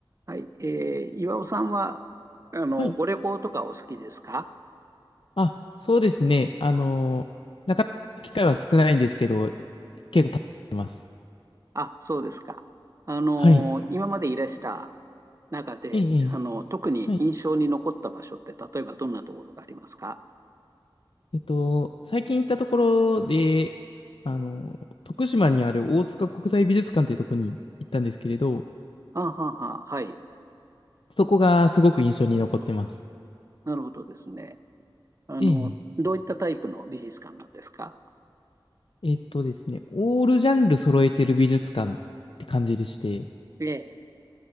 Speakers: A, on the right; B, on the left.
A: はい。えー、岩尾さんは、あの、
B: はい。
A: ご旅行とかお好きですか
B: あ、そうですね。あのなかなか機会は少ないんですけど、結構食べてます。
A: あ、そうですか。あの、
B: はい。
A: 今までいらした中で、
B: ええ、ええ
A: あの、特に印象に残った場所って、
B: はい。
A: 例えばどんなところがありますか
B: えっと、最近行ったところで、あの徳島にある大塚国際美術館っていうところに行ったんですけれど、
A: あははは、はい。
B: そこがすごく印象に残ってます。
A: なるほどですね。あの、
B: ええ、え
A: どういったタイプの美術館なんですか
B: ええっとですね、オールジャンル揃えてる美術館って感じでして、
A: ええ。